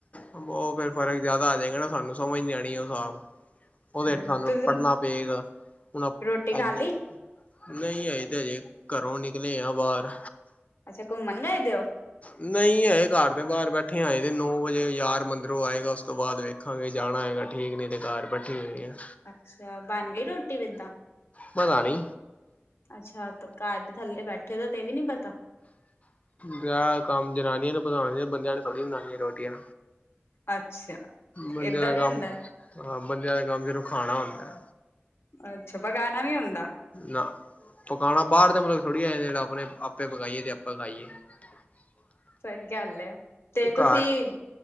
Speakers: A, on the left (about 35°); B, on the left (about 70°).
A: ਉਹ ਫੇਰ ਫਰਕ ਜਿਆਦਾ ਆ ਜਾਏਗਾ ਨਾ ਸਾਨੂੰ, ਸਮਝ ਨਹੀਂ ਆਉਣੀ ਉਹ ਹਿਸਾਬ ਉਹਦੇ
B: ਹੂੰ
A: ਹੇਠ ਸਾਨੂੰ
B: ਤੁਸੀਂ
A: ਪੜ੍ਹਣਾ ਪਏਗਾ, ਹੁਣ
B: ਰੋਟੀ
A: ਐਧਰ
B: ਖਾ ਲਈ
A: ਨਹੀਂ ਅਜੇ ਤੇ ਹਜੇ, ਘਰੋਂ ਨਿਕਲੇ ਆ ਬਾਹਰ
B: ਅੱਛਾ, ਘੁੰਮਣ ਗਏ ਦੇ ਓ?
A: ਨਹੀਂ ਹਏ ਘਰ ਦੇ ਬਾਹਰ ਬੈਠੇ ਹਾਂ, ਹਜੇ ਤੇ ਨੋ ਵਜੇ ਯਾਰ ਮੰਦਰੋਂ ਆਏਗਾ, ਉਸ ਤੋਂ ਬਾਅਦ ਵੇਖਾਂਗੇ, ਜਾਣਾ ਹੈਏਗਾ ਠੀਕ, ਨਹੀ ਤੇ ਘਰ ਬੈਠੀ ਹੋਏ ਆ।
B: ਅੱਛਾ, ਬਣ ਗਈ ਰੋਟੀ ਇੱਦਾਂ।
A: ਪਤਾ ਨੀ।
B: ਅੱਛਾ, ਘਰ ਦੇ ਥੱਲੇ ਬੈਠੇ ਦਾ ਤੇ ਵੀ ਨੀ ਪਤਾ।
A: ਵਿਆਹ ਕੰਮ ਜਨਾਨੀਆਂ ਨੂੰ ਪਤਾ ਹੋਣੇ ਚਾਹੀਦਾ, ਬੰਦਿਆਂ ਨੂੰ ਥੋੜੀ ਬਣਾਣੀਆਂ ਰੋਟੀਆਂ,
B: ਅੱਛਾ
A: ਬੰਦਿਆਂ
B: ਏਦਾਂ
A: ਦਾ
B: ਵੀ
A: ਕੰਮ
B: ਹੁੰਦਾ
A: ਬੰਦਿਆਂ ਦਾ ਕੰਮ ਸਿਰਫ ਖਾਣਾ ਹੁੰਦਾ।
B: ਅੱਛਾ ਪਕਾਣਾ ਨੀ ਹੁੰਦਾ?
A: ਨਾ, ਪਕਾਣਾ ਬਾਹਰ ਦੇ ਮੁਲਕ ਥੋੜੀ ਆਏ ਦੇ ਆਂ ਆਪੇ ਪਕਾਈਏ ਤੇ ਆਪੇ ਖਾਈਏ। <unintelligible>
B: ਸਹੀ ਗੱਲ ਹੈ, ਤੇ ਤੁਸੀਂ-
A: ਘਰ